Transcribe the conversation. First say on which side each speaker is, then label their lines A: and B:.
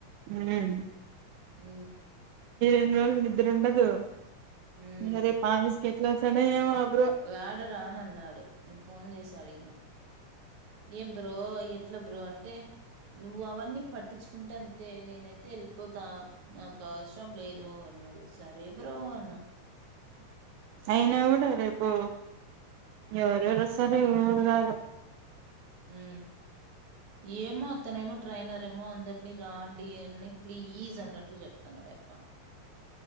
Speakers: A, on the right; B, on the right.
A: హ్మ్
B: హ
A: నపుట్టిన రోజుకి నిడ్రా ఉనడాడు
B: మ్మ్
A: ఇంగ రేపు ఆఫీస్ కీ ఎట్టల వస్తాడో ఏమో బ్రో
B: యాడ రాడు అన్నాడు నేను ఫోన్ చేసి అడిగిన ఏతి బ్రో ఎట్ల బ్రో అంటే నువ్వు అవన్నీ పట్టించుకుంటే అంతే నేనైతే వెళ్ళిపోతా నాకు అవసరం లేదు అన్నాడు సరే బ్రో అన్నా
A: అయినా కూడా రేపు ఎవరేవరు వస్తారో ఎవరు రారో
B: ఉ ఏమో అతనే ఏమో ట్రైనర్ ఏమో అందరినీ రా అని ప్లీజ్ అన్నట్టు చెప్తాన్నాడయబ